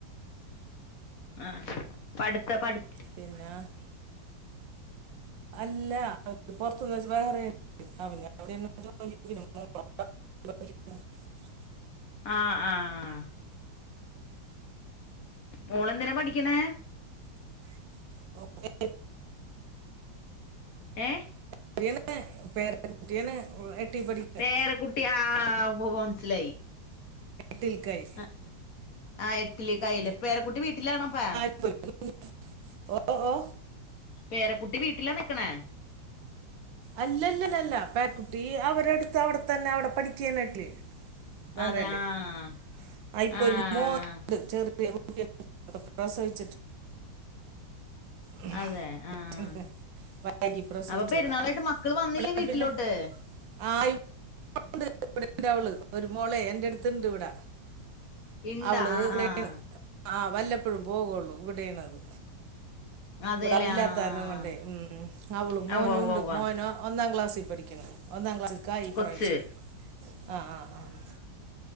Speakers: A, on the left (about 55°); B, on the right (about 75°).
A: ആഹ് പഠിത്ത പഠി
B: പിന്നെ അല്ലാ പൊറ്ത്ത്ന്ന് വെച്ച ബഹ്റൈൻ <unintelligible>
A: ആഹ് ആഹ് മോളെന്തിനാ പഠിക്ക്ണേ.
B: <inaudible> ഓക്കെ
A: ഏഹ്
B: കുട്ടിയാണ് പേര കുട്ടിയാണ് ഓള് എട്ടീ പഠി
A: പേര കുട്ടി ആഹ് ഉവ്വ് മൻസ്സിലായി.
B: ട്ടിൽക്കയി.
A: അ ആ എട്ടില് കായിലെ.
B: പിന്നെ
A: പേര കുട്ടി വീട്ടിലാണൊ ഇപ്പാ.
B: <unintelligible> ഓ ഓ
A: പേര കുട്ടി വീട്ടിലാ നിക്ക്ണേ.
B: അല്ലല്ലല്ലല. പേര കുട്ടി അവരടുത്ത് അവടെത്തന്നെ അവടെ പഠിക്ക്യാനെട്ടില്. വേറെല്ലെഹ്
A: അതെ ആഹ്
B: ആ ഇപ്പൊ
A: ആഹ്
B: ഒരു മോനുണ്ട് ചെറ <unintelligible> പ്രസവച്ചിട്ട് <unintelligible>
A: അതെ ആഹ്
B: വൈകി പ്രസവിച്ചതാ
A: അപ്പൊ പെരുന്നാളായിട്ട് മക്കള് വന്നില്ലേ
B: <unintelligible>
A: വീട്ടിലോട്ട്
B: പിന്നെ ആഹ് <unintelligible> ഒരു മോളെ എന്റെടുത്തിണ്ട് ഇവിട.
A: ഇണ്ടാ
B: അവള്
A: ആഹ്
B: ഇവിടെണ്
A: ആഹ്
B: ആഹ് വല്ലപ്പോഴും പോവൊള്ളു. ഇവിടേണ് അത്.
A: അതേല്ലേ
B: ഇവിടാരുല്ലാത്താരണം
A: ആഹ്
B: കൊണ്ടേ. ഉം അവളും
A: ആ
B: മോനും
A: ഉവ്വ ഉവ്വ
B: ഉണ്ട്
A: ഉവ്വ
B: മോനൊ ഒന്നാം ക്ലാസ്സി പഠിക്ക്ണ്. ഒന്നാം ക്ലാസ്സിൽക്കായി ഈ
A: കൊച്ച്
B: പ്രാവശ്യം. ആഹ് ആഹ് ആഹ്.